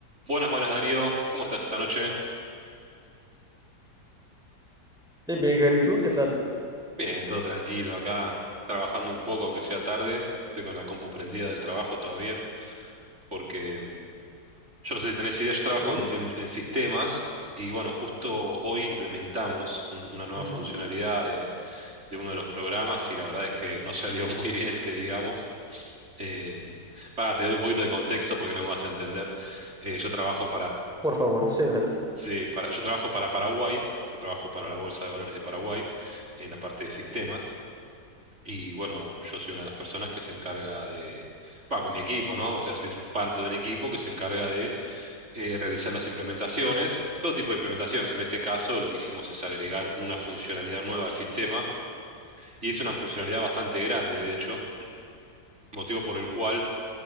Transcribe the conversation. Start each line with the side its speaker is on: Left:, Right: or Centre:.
Right: Buenas, buenas Darío, ¿cómo estás esta noche?
Centre: Bien, bien, Gary, ¿tú qué tal?
Right: Bien, todo tranquilo acá, trabajando un poco, aunque sea tarde. Estoy con la compu prendida del trabajo todavía, porque mm, yo no sé si tenés idea, yo trabajo
Centre: Sí.
Right: en, en- en sistemas y bueno, justo hoy implementamos un- una nueva
Centre: ujú,
Right: funcionalidad de, de uno de los programas y la verdad es que no salió <laughs> muy bien, que digamos. Eh, mm, pará, te doy un poquito de contexto porque no me vas a entender. Eh, yo trabajo
Centre: Por favor, sí, adelante.
Right: Sí, para, yo trabajo para Paraguay, yo trabajo para la Bolsa de Valores de Paraguay en la parte de sistemas y bueno, yo soy una de las personas que se encarga de, va, con mi equipo, ¿no? O sea, soy parte de un equipo que se encarga de eh, realizar las implementaciones, todo tipo de implementaciones. En este caso, lo que hicimos es agregar una funcionalidad nueva al sistema y es una funcionalidad bastante grande, de hecho, motivo por el cual